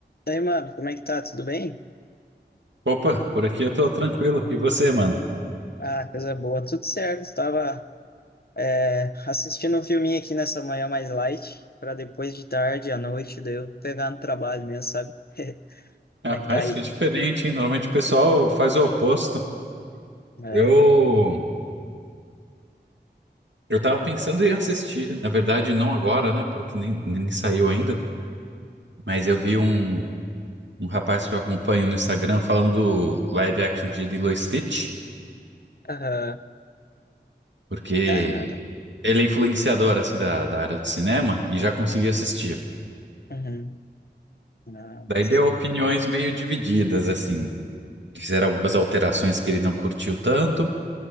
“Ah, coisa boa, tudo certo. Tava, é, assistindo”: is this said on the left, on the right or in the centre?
Left